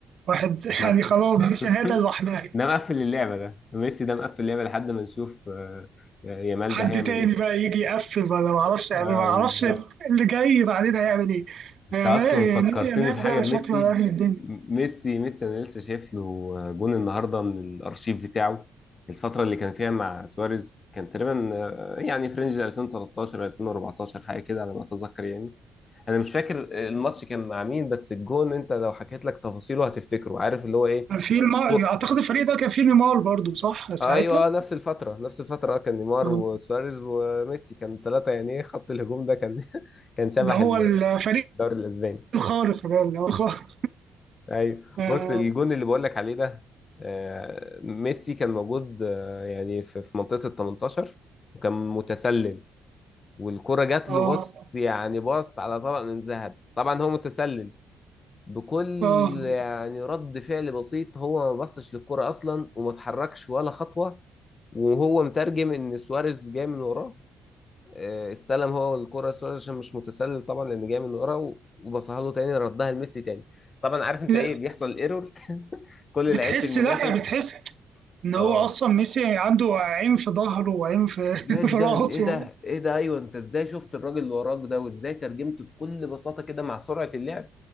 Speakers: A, on the right; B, on the left.
A: واحد <laughs>
B: مثلا
A: يعني خلاص دي شهاده
B: <laughs>
A: لوحدها
B: ده مقفل اللعبه ده ميسي ده مقفل اللعبه لحد ما نشوف آه، آه، يامال
A: حد
B: ده هيعمل
A: تاني
B: ايه
A: بقى يجي يقفل ولا ما اعرفش يعني
B: اه
A: ما اعرفش
B: بالظبط
A: اللي جاي بعدين هيعمل ايه
B: انت
A: يعني
B: اصلا فكرتني
A: يعني يامال
B: بحاجه
A: ده
B: بميسي
A: شكله هيعمل الدنيا
B: م- ميسي ميسي انا لسه شايف له جون النهارده من الارشيف بتاعه الفتره اللي كان فيها مع سواريز كان تقريبا آه، يعني فرنج 2013 2014 حاجه كده على ما اتذكر يعني انا مش فاكر الماتش كان مع مين بس الجون انت لو حكيت لك تفاصيله هتفتكره عارف اللي هو ايه
A: كان في المار
B: كو...
A: اعتقد الفريق ده كان فيه نيمار برضو صح ساعتها
B: ايوه نفس الفتره نفس الفتره آه، كان نيمار
A: آه.
B: وسواريز وميسي كان ثلاثه يعني إيه، خط الهجوم ده كان <laughs> كان شبح
A: اللي هو
B: الدوري
A: الفريق
B: الاسباني
A: الخارق ده اللي هو خارق
B: ايوه
A: اه
B: بص الجون اللي بقول لك عليه ده آه، ميسي كان موجود آه، يعني في في منطقة ال 18 وكان متسلل والكرة جات
A: اه
B: له بص يعني بص على طبق من ذهب طبعا هو متسلل بكل
A: آه.
B: يعني رد فعل بسيط هو ما بصش للكرة اصلا وما اتحركش ولا خطوة وهو مترجم ان سواريز جاي من وراه آه، استلم هو الكرة سواريز عشان مش متسلل طبعا لان جاي من ورا و- وبصها له تاني ردها لميسي تاني طبعا عارف انت
A: لا،
B: ايه بيحصل ايرور <laughs> كل
A: بتحس
B: لعيبة المنافس
A: لا بتحس ان
B: اه
A: هو اصلا ميسي عنده عين في ظهره وعين في
B: جدا
A: <laughs> في راسه
B: ايه ده ايه ده ايوه انت ازاي شفت الراجل اللي وراك ده وازاي ترجمته بكل بساطة كده مع سرعة اللعب